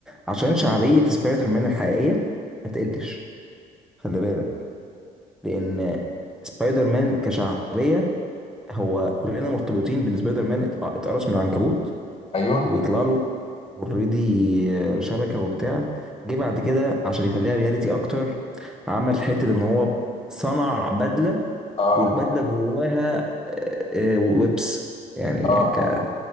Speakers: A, in the centre; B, on the left.
A: عشان شعبيه سبايدر مان الحقيقيه ما تقلش خلي بالك لان سبايدر مان كشعبيه هو كلنا مرتبطين بان سبايدر مان ات- اتقرص من العنكبوت
B: ايوه
A: وبيطلع له اوريدي شبكه وبتاع جه بعد كده عشان يخليها رياليتي اكتر عمل حته ان هو صنع بدله
B: اه
A: والبدله جواها آه، آه، ويبس يعني
B: اه اه
A: ك
B: آه.